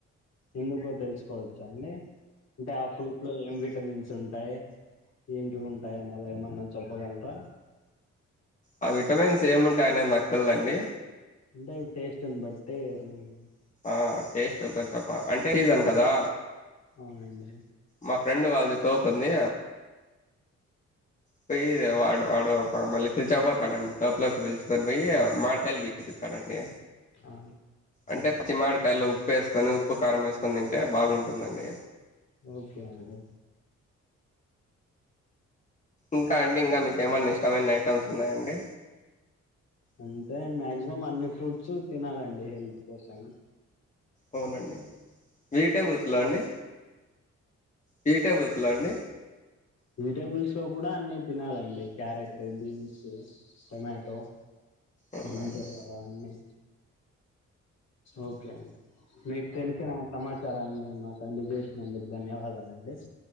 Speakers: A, on the left (about 60°); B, on the left (about 25°).
A: ఎందుకో తెలుసుకోవచ్చా అండి అంటే ఆ ఫ్రూట్ లో ఏం విటమిన్ ఉంటాయ్ ఏంటి ఉంటాయ్ అని అలా ఏమన్నా చెప్పగలరా
B: ఆ విటమిన్స్ ఏముంటాయనే నాక్ తెల్దండి
A: అంటే టేస్ట్ని బట్టి <unintelligible>
B: ఆ టేస్ట్ ఒక చప్ప అంటే సీజన్ కదా
A: అవునా అండి
B: మా ఫ్రెండ్ వాళ్ళది తోపుంది పోయి వాడు వాడు మళ్ళీ పిలిచకపోతాడండి తోపలోకి పిలుచుకొని పోయి మాడికాయలు పీకితాడండి
A: ఆ
B: అంటే పచ్చి మాడికాయలు ఉప్పు ఏసుకొని ఉప్పు కారం ఏసుకని తింటే బాగుంటుందండి
A: ఓకే అండి
B: ఇంకా అండి ఇంగా మీకేమన్నా ఇష్ ఇష్టమైన ఐటమ్స్ ఉన్నాయండి
A: అంతే మాక్సిమం అన్ని ఫ్రూట్ ట్స్ తినాలండి హెల్త్ కోసం
B: అవునండి వెజిటేబుల్స్లో అండి వెజిటేబుల్స్లో అండి
A: విజిటబుల్స్లో కూడా అన్ని తినాలండి క్యారెట్ బీన్స్. టొమాటో.
B: అవునా
A: బ్రింజాల్
B: అండి
A: అవి అన్నీ. ఓకే అండి. మీకు తెలిసిన. సమాచారాన్ని మాకు, స్పెండ్ చేసినందుకు. ధన్యవాదాలండి,